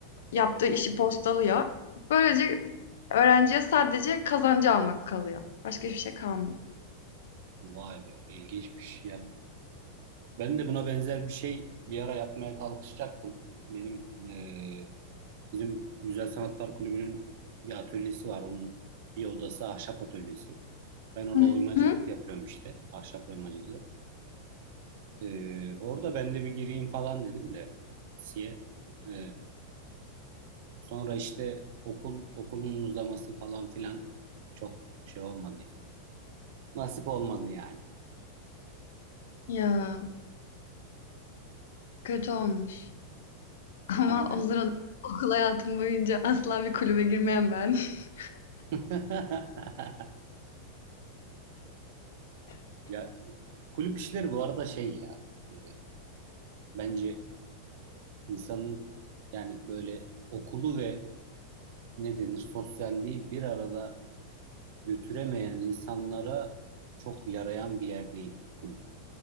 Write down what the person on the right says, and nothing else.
Vay be, ilginçmiş. Ya ben de buna benzer bir şey bir ara yapmaya kalkışacaktım. Benim e, bizim Güzel Sanatlar Kulübü'nün bir atölyesi var. Onun bir odası ahşap atölyesi. Ben orada
oymacılık
yapıyorum işte, ahşap oymacılığı. E, orada ben de bir gireyim falan dedim de siye. E, sonra işte okul okulun uzaması falan filan çok şey olmadı ya. Nasip olmadı yani.
Aynen.
<laughs> Ya kulüp işleri bu arada şey ya e, bence insanın yani böyle okulu ve ne denir sosyalliği bir arada götüremeyen insanlara çok yarayan bir yer değil kulüp.